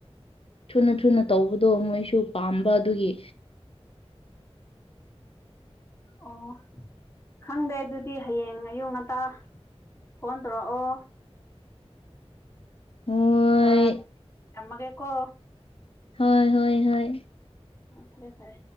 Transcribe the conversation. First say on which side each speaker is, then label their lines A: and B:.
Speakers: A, on the left (about 60°); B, on the left (about 25°).
A: ꯊꯨꯅ ꯊꯨꯅ ꯇꯧꯕꯗꯣ ꯃꯣꯏꯁꯨ ꯄꯥꯝꯕ ꯑꯗꯨꯒꯤ
B: ꯑꯣ ꯈꯪꯗꯦ ꯑꯗꯨꯗꯤ ꯍꯌꯦꯡ ꯑꯌꯨꯛ ꯉꯇꯥ ꯐꯣꯟ ꯇꯧꯔꯛꯑꯣ
A: ꯍꯣꯏ
B: ꯇꯔ ꯊꯃꯒꯦ ꯀꯣ
A: ꯍꯣꯏ ꯍꯣꯏ ꯍꯣꯏ
B: ꯐꯔꯦ ꯐꯔꯦ